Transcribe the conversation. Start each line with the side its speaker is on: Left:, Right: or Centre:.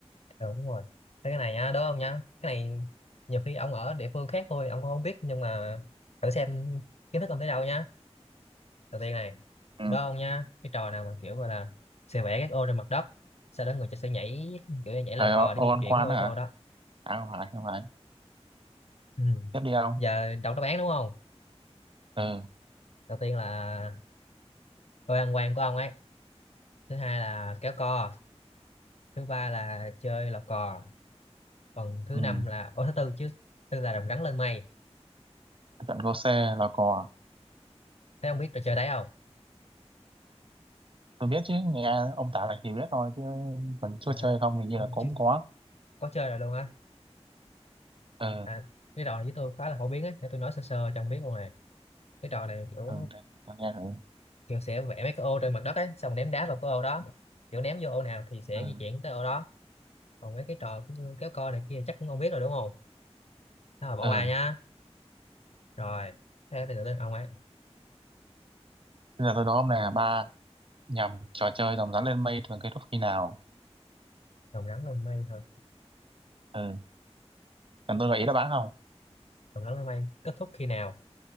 Left: Ừ, đúng rồi. cái này nhá, đúng không nhá? Cái này nhiều khi ông ở địa phương khác thôi, ông cũng không biết. Nhưng mà thử xem kiến thức ông tới đâu nhá. Đầu tiên này,
Right: Ừ.
Left: đó không nhá? Cái trò nào mà kiểu gọi là sẽ vẽ các ô trên mặt đất. Sau đó người ta sẽ nhảy, kiểu như nhảy lò
Right: Trời
Left: cò
Right: ơi,
Left: để
Right: ô
Left: di
Right: ăn
Left: chuyển
Right: quán
Left: cái ô cái
Right: á hả?
Left: ô đó.
Right: À không phải, không phải.
Left: Ừ.
Right: Tiếp đi ông.
Left: Giờ đọc đáp án đúng không?
Right: Ừ.
Left: Đầu tiên là tôi ăn quan của ông ấy thứ hai là kéo co thứ ba là chơi lò cò còn thứ
Right: Ừ.
Left: năm là ô thứ tư chứ tư là rồng rắn lên mây
Right: Trận Cô Xe là cò.
Left: thế ông biết trò chơi đấy không
Right: Tôi biết chứ, nghe ông tả lại thì biết thôi chứ còn chưa
Left: à,
Right: chơi không thì như
Left: ông
Right: là cũng
Left: chứ
Right: có.
Left: có chơi rồi luôn á
Right: Ừ.
Left: à, cái trò này với tôi khá là phổ biến ấy để tôi nói sơ sơ cho ông biết luôn này cái trò này kiểu
Right: Ừ để tôi nghe thử.
Left: kiểu sẽ vẽ mấy cái ô trên mặt đất ấy xong ném đá vào cái ô đó kiểu ném vô ô nào thì sẽ
Right: Ừ.
Left: di chuyển tới ô đó còn mấy cái trò kiểu kéo co này kia chắc cũng không biết rồi đúng không thôi mà bỏ
Right: Ừ.
Left: qua nhá rồi thế bây giờ đến ông ấy
Right: Bây giờ tôi đố ông này là ba nhầm trò chơi rồng rắn lên mây thường kết thúc khi nào?
Left: rồng rắn lên mây thôi
Right: Ừ. Cần tôi gợi ý đáp án không?
Left: rồng rắn lên mây kết thúc khi nào